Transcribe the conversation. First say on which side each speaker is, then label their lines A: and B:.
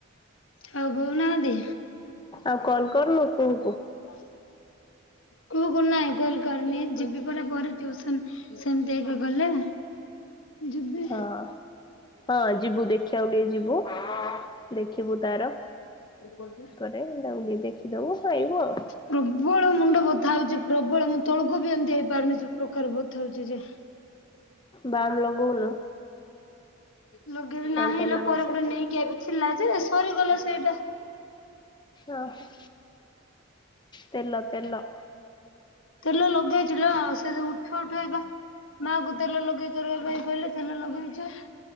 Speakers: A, on the left; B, on the left.
A: ହଉ ବଉନାହାଁନ୍ତି?
B: ଆଉ କଲ୍ କରୁନୁ କୁହୁକୁ?
A: <unintelligible> କୁହୁକୁ ନାଇ କଲ୍ କରିନି। ଯିବି ପରା ପରେ ଟିଉସନ୍ ସେମିତି ଏବେ ଗଲେ। ଯିବି
B: ହଁ। ହଁ, ଯିବୁ ଦେଖିଆକୁ ଟିକେ ଯିବୁ, ଦେଖିବୁ ତାର
A: ଏଇ ପଲ୍ ଯା।
B: ଏ ତାକୁ ଟିଏ ଦେଖିଦବୁ ଖାଇବୁ ଆଉ।
A: ପ୍ରବଳ ମୁଣ୍ଡ ବଥା ହଉଛି, ପ୍ରବଳ ମୁଁ ତଳକୁ ବି ଏମିତି ହେଇପାରୁନି, ଯୋଉ ପ୍ରକାର ବଥା ହଉଚି ଯେ!
B: ବାମ୍ ଲଗଉନୁ?
A: ଲଗେଇବି ନାହିଁ,
B: ହଁ ତେଲ
A: ଲୋ ପରେ
B: ଘଷେ
A: ଗୁଟେ ନେଇକି ଆଇବି ଥିଲା ଯେ ସରିଗଲା ସେଇଟା।
B: ଅ ହଁ, ତେଲ ତେଲ।
A: ତେଲ ଲଗେଇଚି ଲୋ, ସେ ଯୋଉ ଉଠୁ ଉଠୁ ଏଇବା ମା କୁ ତେଲ ଲଗେଇ କରିବା ପାଇଁ କହିଲେ ତେଲ ଲଗେଇଚୁ।